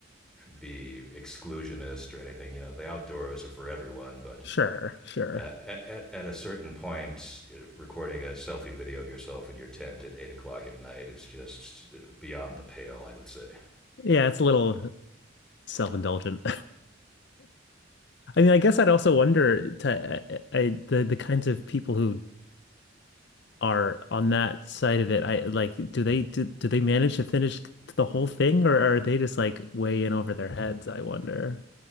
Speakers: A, in the centre; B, on the left.
A: be exclusionist or anything. You know, the outdoors are for everyone, but
B: <laughs> sure, sure.
A: uh, at, at a certain point, uh, recording a selfie video of yourself in your tent at eight o'clock at night is just uh, beyond the pale, I would say.
B: Yeah, it's a little self-indulgent. I mean, I guess I'd also wonder to I, I the the kinds of people who are on that side of it. I like do they do, do they manage to finish the whole thing or are they just like way in over their heads, I wonder.